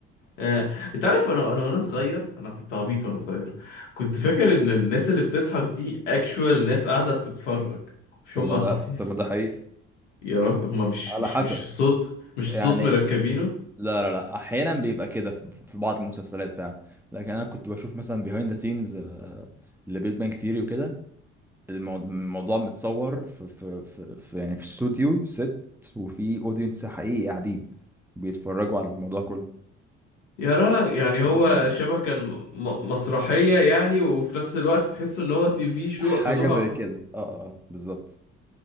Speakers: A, on the left (about 80°); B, in the centre.
A: آه، انت عارف انا انا وانا صغير انا كنت عبيط وانا صغير كنت فاكر ان الناس اللي بتضحك دي اكشوال ناس قاعده بتتفرج مش
B: طب
A: هم
B: ما ده
A: حاطين
B: طب ما ده حقيقي
A: يا راجل هم مش
B: على
A: مش
B: حسب
A: مش صوت مش
B: يعني
A: صوت مركبينه
B: لا لا لا احيانا بيبقى كده في في بعض المسلسلات فعلا لكن انا كنت بشوف مثلا بيهايند ذا سينز لبيج بانج ثيوري وكده المو- الموضوع متصور في في في, في يعني في استوديو ست وفي اودينس حقيقي قاعدين بيتفرجوا على الموضوع كله
A: يا راجل يعني هو
B: آه.
A: شبه كان م- م- مسرحيه يعني وفي نفس الوقت تحس ان هو تي في شو
B: حاجة
A: اخدوها
B: زي
A: وح...
B: كده اه اه بالظبط